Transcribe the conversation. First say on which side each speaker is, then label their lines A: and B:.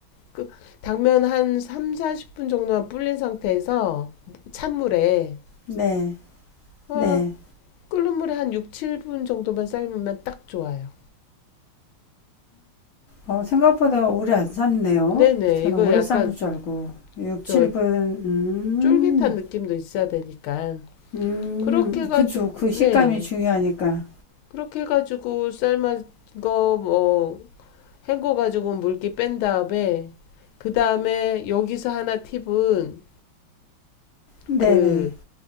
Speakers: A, on the left (about 85°); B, on the left (about 60°).
A: 그 당면 한 3, 40분 정도만 불린 상태에서 찬물에
B: 네. 네,
A: 어,
B: 네.
A: 끓는 물에 한 6, 7분 정도만 삶으면 딱 좋아요.
B: 어, 생각보다 오래 안 삶네요.
A: 네네.
B: 저는
A: 이거
B: 오래
A: 약간
B: 삶을 줄 알고. 6,
A: 저
B: 7분, 음,
A: 쫄깃한 느낌도 있어야 되니까
B: 음,
A: 그렇게 해가지고
B: 그죠. 그 식감이
A: 네
B: 중요하니까.
A: 그렇게 해가지고 삶은거뭐 헹궈가지고 물기 뺀 다음에 그 다음에 여기서 하나 팁은
B: 네네.
A: 그